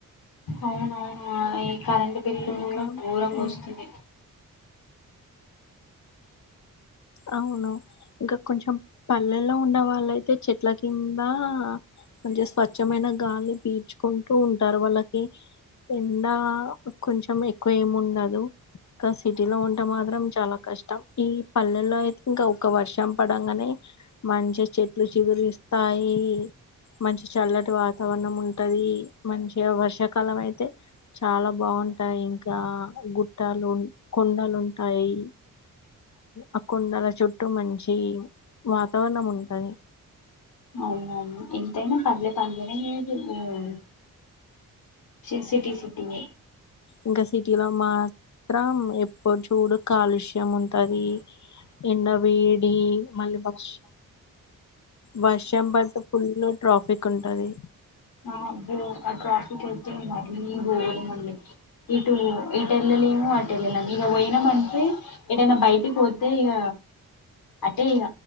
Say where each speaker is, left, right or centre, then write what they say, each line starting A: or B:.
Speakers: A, on the left (about 85°); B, on the left (about 55°).
A: అవునవును ఈ కరెంట్ బిల్లు
B: ఇంకా
A: కూడ గోరంగా
B: ఉమ్,
A: వస్తుంది
B: అవును ఇంకా కొంచెం పల్లెల్లో ఉండేవాళ్ళయితే చెట్ల కింద మంచిగ స్వచ్ఛమైన గాలి పీడ్చుకుంటూ ఉంటారు వాళ్ళకి ఎండా కొంచెం ఎక్కువ ఏమి ఉండదు ఇంకా సిటీ లో ఉంటే మాత్రం చాలా కష్టం ఈ పల్లెల్లో అయితే ఇంకా ఒక వర్షం పడంగానే మంచిగ చెట్లు చిగురిస్తాయి మంచి చల్లటి వాతావరణం ఉంటది మంచిగా వర్షాకాలం అయితే చాలా బాగుంటాయి ఇంకా గుట్టాలు కొండలు ఉంటాయి అ కొండల చుట్టూ మంచి వాతావరణం ఉంటది
A: అవునవును ఎంతైనా పల్లే పల్లెనే వేరు మ్ సిర్సి సిట్టింగేయ్
B: ఇంకా సిటిలో మాత్రం ఎప్పు చూడు కాలుష్య ఉంటది ఎండ వేడి మళ్ళీ బస్ వర్షం పడితే ఫుల్ ట్రాఫిక్ ఉంటది
A: అబ్బో ఆ ట్రాఫక్ అయితే మరి గోరం అండి ఇటు ఈటెళ్ళలేము అటేళ్ళలేము ఇగ పోయినామంటే ఏటైనా బయటికి పోతే ఇగ అటే ఇగ